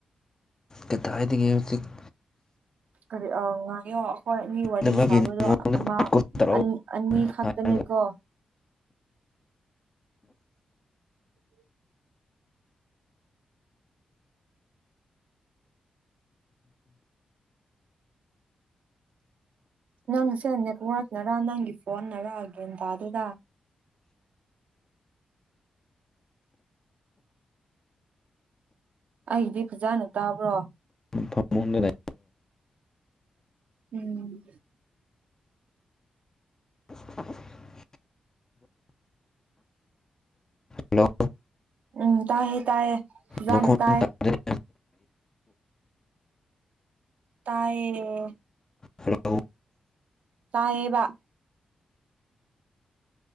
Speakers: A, on the left (about 25°); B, on the right (about 75°).
A: ꯀꯗꯥꯏꯗꯒꯤ ꯍꯧꯖꯤꯛ
B: ꯀꯔꯤ ꯑ ꯉꯥꯏꯌꯣ ꯑꯩꯈꯣꯏ ꯃꯤ ꯋꯥꯔꯤ
A: ꯗꯕꯒꯤ
B: ꯁꯥꯕꯗꯣ
A: ꯅꯉꯣꯟꯗ
B: ꯑꯃ
A: ꯀꯣꯜ ꯇꯧꯔꯛꯑꯣ
B: ꯑꯅꯤ ꯑꯅꯤ ꯈꯛꯇꯅꯦꯀꯣ
A: ꯍꯥꯏꯔꯒ
B: <inaudible> ꯅꯪꯁꯦ ꯅꯦꯠꯋ꯭ꯔꯛꯅꯔ ꯅꯪꯒꯤ ꯐꯣꯟꯅꯔ ꯒ꯭ꯌꯥꯟ ꯇꯥꯗꯦꯗ ꯑꯩꯒꯤꯗꯤ ꯐꯖꯅ ꯇꯥꯕ꯭ꯔꯣ
A: ꯐꯝꯃꯨꯡꯗ <inaudible>
B: ꯎꯝ
A: <unintelligible> ꯍꯜꯂꯣ
B: ꯎꯝ ꯇꯥꯏꯍꯦ ꯇꯥꯏꯌꯦ ꯐꯥꯖꯅ
A: ꯅꯈꯣꯟ
B: ꯇꯥꯏ
A: ꯇꯥꯗꯦꯅꯦ
B: ꯇꯥꯏꯌꯦ
A: ꯍꯂꯥꯎ
B: ꯇꯥꯌꯦꯕ